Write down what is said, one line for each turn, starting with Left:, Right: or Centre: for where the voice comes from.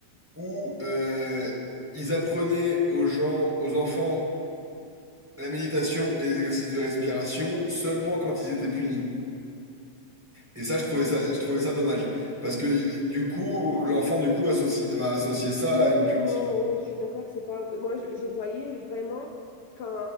Centre: où euh, ils apprenaient aux gens, aux enfants, la méditation et les exercices de respiration seulement quand ils étaient punis. Et ça, je trouvais ça, je trouvais ça dommage. Parce que i- du coup, l'enfant, du coup, associe, va associer ça
Left: Ouais,
Centre: à une punition.
Left: non, ouais, je suis d'accord que c'est pas. Moi, je, je voyais vraiment quand